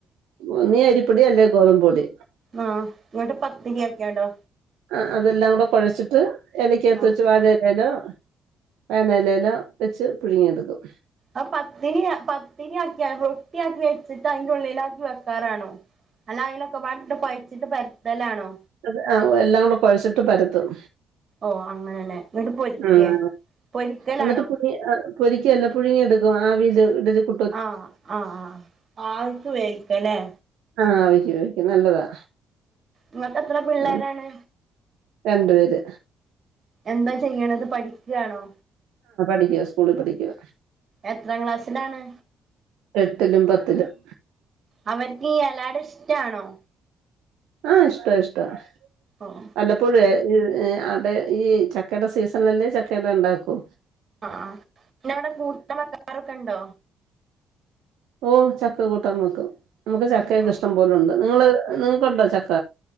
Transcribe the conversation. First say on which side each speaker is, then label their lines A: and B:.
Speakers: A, on the right; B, on the right.
A: ഒന്നീഅരിപ്പൊടി അല്ലെ ഗോത പൊടി....
B: ആഹ ഇങ്ങട്ട് പത്തിരിയാക്കെയണ്ടോ...
A: ആ അതെല്ലാം കൂടെ കുഴച്ചിട്ട് എലക്കാത്ത്
B: ആഹ്
A: വെച്ച് വാഴേലോ വയണെലേലോ വെച്ച് പുഴുങ്ങിയെടുക്കും
B: ആ പത്തിരി അ പത്തിരി ആക്കിയ റൊട്ടിയാക്കി വെച്ചിട്ട് അതിന്റെഉള്ളില് ആക്കി വെക്കാനാണോ അല്ല അതിലൊക്കെ പാടെ ഇട്ട് കൊഴച്ചിട്ട് പരുത്തലാണോ
A: അത എല്ലാം കൂടെ കുഴച്ചിട്ട് പരത്തും
B: ഓ അങ്ങനെല്ലേ എന്നിട്ട് പൊരിക്കേ
A: ഉം
B: പൊരിക്കലാണോ
A: എന്നിട്ട് പുഴി പൊരിക്കല്ല പുഴുങ്ങിയെടുക്കും ആവില് ഇഡലി കു
B: ആ ആ ആവിക്ക് വേവിക്കലെ
A: ആവിക്ക് വേവിക്കും നല്ലതാ
B: ങ്ങൾക്ക് എത്ര പിള്ളേരാണ്
A: ഉം രണ്ടു പേര്
B: എന്താ ചെയ്യണത് പഠിക്കയാണോ
A: പഠിക്കുവ സ്കൂളിൽ പഠിക്കുവ
B: എത്രാം ക്ലാസ്സിലാണ്
A: എട്ടിലും പത്തിലും
B: അവർക്ക് ഈ എലടഇഷ്ടണോ
A: ആഹ ഇഷ്ട ഇഷ്ടുവ
B: ഉം
A: വല്ലപ്പോഴുവേ ഇ ഇ അടെ ഈ ചക്കേട സീസണിലല്ലേ ചക്കട ഉണ്ടാക്കൂ
B: ആ പിന്നെ അവിടെ കൂട്ട <unintelligible> ആൾക്കാരൊക്കെ ഉണ്ടോ
A: ഓഹ് ചക്ക കൂട്ടാൻ വെക്കും നമുക്ക് ചക്കയൊക്കെ
B: ഓ
A: ഇഷ്ടം പോലുണ്ട് നിങ്ങള് നിങ്ങക്കുണ്ടോ ചക്ക